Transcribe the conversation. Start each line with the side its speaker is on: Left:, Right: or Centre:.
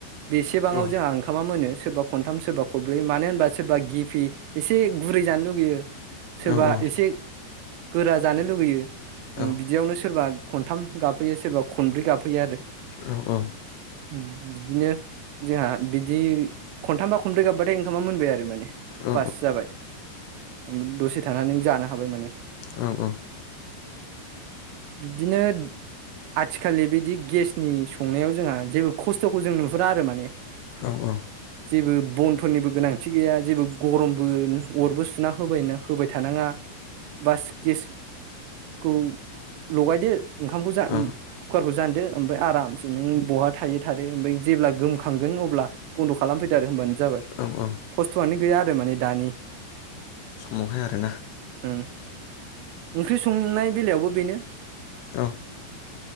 Right: बे सेबाङाव
Left: औ
Right: जोंहा ओंखामा मोनो सोरबा खनथाम सोरबा खरब्रैयो मानो होनबा सोरबा गिफि एसे गुरै जानो लुगैयो। सोरबा
Left: औ औ
Right: एसे गोरा जानो लुगैयो उम
Left: औ
Right: बिदियावनो सोरबा खनथाम गाबफैयो सोरबा खनब्रै गाबफैयो आरो
Left: औ औ
Right: बिदिनो जोंहा बिदि खनथामबा खनब्रै गाबबाथाय ओंखामा मोनबाय आरो माने
Left: औ
Right: बास जाबाय उ दसे थानानै जानो हाबाय माने
Left: औ औ
Right: बिब्दिनो आथिखाललि बिदि गेसनि संनायाव जोंहा जेबो खस्थ'खौ जों नुहुरा आरो माने
Left: औ औ
Right: जेबो बनफोरनिबो गोनांथि गैया जेबो गरमबो अरबो सुना होबाय होबाय थानाङा। बास गेस खौ लगायदो ओंखामखौ जा
Left: औ
Right: कुकारखौ जानदो ओमफाय आरामसे नों बहा थायो थादो ओमफाय जेब्ला गोम खांगोन अब्ला बन्द' खालामफैदो आरो होनबानो जाबाय
Left: औ औ
Right: खस्थ'आनो गैया आरो माने दानि
Left: समावहाय आरोना?
Right: उम ओंख्रि संनाय बेलायावबो बेनो
Left: औ